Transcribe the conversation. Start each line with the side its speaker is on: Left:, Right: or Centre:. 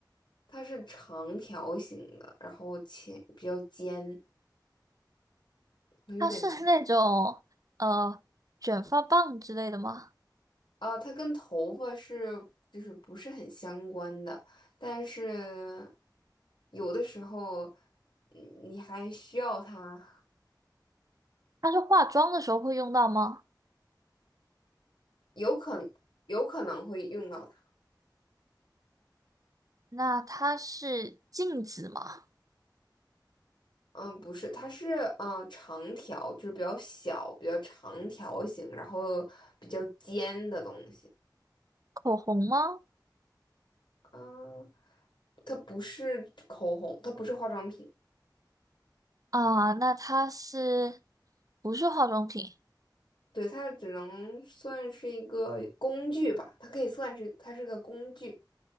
Left: 它是长条形的，然后前比较尖，我有点明
Right: 它是 <laughs> 那种呃卷发棒之类的吗？
Left: 啊，它跟头发是就是不是很相关的，但是有的时候嗯你还需要它，
Right: 它是化妆的时候会用到吗？
Left: 有可有可能会用到。它。
Right: 那它是镜子吗？
Left: 嗯，不是，它是嗯长条，就是比较小、比较长条形，然后比较尖的东西。
Right: 口红吗？
Left: 嗯，它不是口红，它不是化妆品，
Right: 啊，那它是不是化妆品？
Left: 对，它只能算是一个工具吧，它可以算是它是个工具。